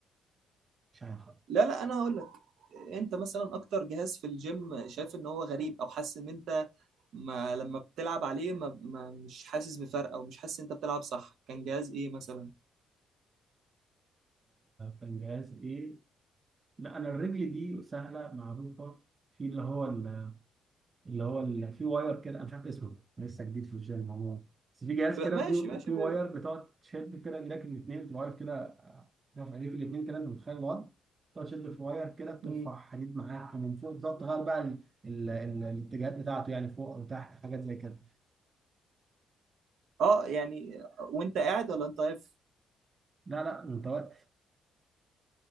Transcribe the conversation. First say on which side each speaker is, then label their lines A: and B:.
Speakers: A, on the right (about 35°); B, on the right (about 75°).
A: مش عارف
B: لا لا انا هقول لك انت مثلا اكتر جهاز في الجيم شايف ان هو غريب او حاسس ان انت ما لما بتلعب عليه ما, ما مش حاسس بفرق او مش حاسس ان انت بتلعب صح كان جهاز ايه مثلا
A: كان جهاز ايه لا انا الرجل دي سهله معروفه في اللي هو ال اللي هو اللي فيه واير كده انا مش عارف اسمه لسه جديد في الجيم هو بس في جهاز
B: ب-
A: كده
B: ماشي
A: فيه
B: ماشي
A: فيه
B: ب...
A: واير بتقعد تشد كده ايدك الاثنين بتبقى واقف كده آه، واقف ايديك الاثنين كده انت متخيل الوضع تقعد تشد في واير كده بترفع
B: مم.
A: حديد معاك ومن فوق بتقعد تغير بقى ال- ال- ال- الاتجاهات بتاعته يعني فوق او تحت حاجات زي كده
B: اه يعني وانت قاعد ولا انت واقف
A: لا لا متوقع